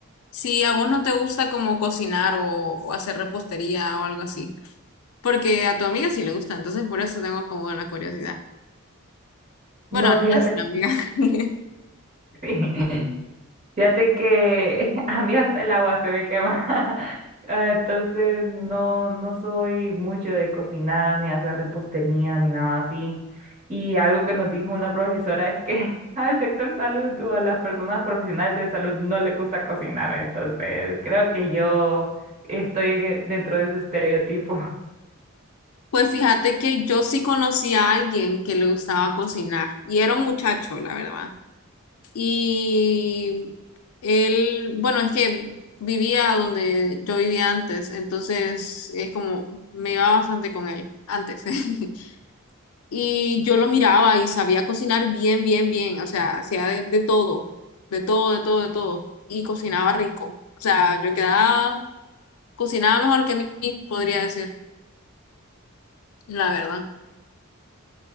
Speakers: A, on the left (about 80°); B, on the right (about 35°).
A: Si a vos no te gusta como cocinar o, o hacer repostería o algo así, porque a tu amiga sí le gusta, entonces por eso tengo como la curiosidad.
B: No,
A: Bueno, no es
B: fíjate
A: una amiga.
B: que
A: <laughs>
B: <laughs> sí. Fíjate que <laughs> a mí hasta el agua se me quema. <laughs> Ah, Entonces no, no soy mucho de cocinar, ni hacer repostería, ni nada así. Y algo que nos dijo una profesora es que <laughs> al sector salud o a las personas profesionales de salud no le gusta cocinar. Entonces creo que yo estoy en e- dentro de ese estereotipo. <laughs>
A: Pues fíjate que yo sí conocí a alguien que le gustaba cocinar y era un muchacho, la verdad. Y él, bueno, es que vivía donde yo vivía antes, entonces es como, me iba bastante con él antes. <laughs> Y yo lo miraba y sabía cocinar bien, bien, bien, o sea, hacía de, de todo, de todo, de todo, de todo, y cocinaba rico. O sea, yo quedaba, cocinaba mejor que mí, podría decir, la verdad.